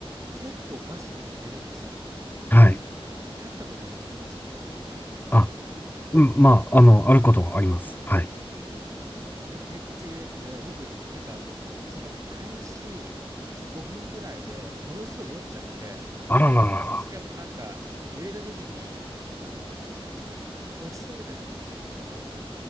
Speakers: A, on the right; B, on the left.
A: 結構バスって揺れるんですよ。
B: はい。
A: 立ったことありますバスで。
B: あ、うん、まあ、あの、あることはあります。はい。
A: め、めっちゃ揺れてて、だから僕、なんか、その開始5分ぐらいでものすごい酔っちゃって、
B: あらららら。
A: で、しかもなんか、揺れた時に、あの、落ちそうになっちゃったんですよ、その、なんか。